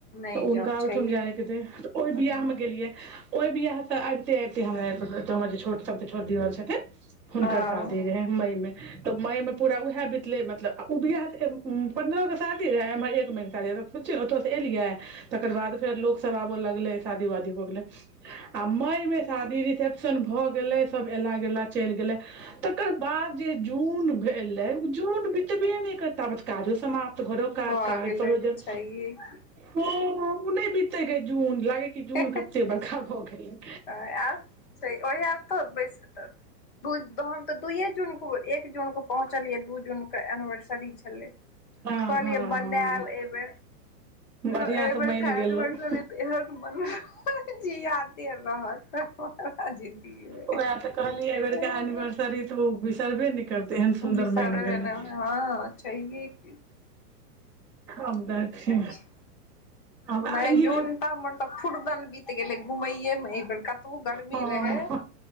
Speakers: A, on the left (about 30°); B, in the centre.
A: नहि
B: तऽ हुनका
A: जाउ
B: ओहिठाम
A: छैहे
B: जायके
A: की
B: हेतै तऽ ओहि
A: हँ
B: बियाहमे गेलियै ओहि बियाहसँ आबिते आबिते हमरा एत जे हमर जे छोट सभसँ छोट देवर छथिन हुनकर
A: हँ
B: शादी रहै मई में तऽ मई मे पूरा उएह बितले मतलब आ ओ बियाह स पन्द्रह क शादी रहै एम्हर एक म‌ई के शादी रहै त सोचियौ ओत से एलियै तकर बाद फेर लोक सब आबऽ लगलै शादी वादी हो गेलै आ मई मे शादी रिसेप्शन सन भए गेले सब एला गेला चलि गेले तकर बाद जे जून एलै ओ जून बितबे नै करैत ताबेत काजो समाप्त त घरो काज
A: भऽ
B: काज
A: गेलै
B: परोजन
A: छैहे की
B: ह ओ नहि बीतैगे जून लागै कि जून
A: ह्ह
B: कते
A: ह्ह
B: बड़का भऽ गेलै
A: आब ओहि आर तऽ बैस तऽ दु हम तऽ दुइए जूनके एक जूनके पहुँचलियै दू जूनके एनिवर्सरी छलै
B: हँ
A: कहलियै
B: हँ
A: बनायब
B: हँ
A: एबै
B: बढ़िआँ
A: एहि
B: से
A: बेर
B: मनि
A: खरीदबै
B: गेलहुँ
A: सरी त एहन बनाउ जे यादे रहत हमरा जिन्दगी
B: ओहै तऽ कहलियै अई बेरका
A: मे
B: एनिवर्सरी तऽ ओ बिसरबे नै करतै तेहन सुन्दर
A: बिसरबे
B: बनि गेलै
A: नै हँ छैहे कि
B: आब देखी
A: छै
B: हमरा
A: नहि
B: ई
A: जून त हमर तऽ फुरदन बीत गेलै घुमैेये मे एहि बेर कतबो गर्मी
B: हँ
A: रहे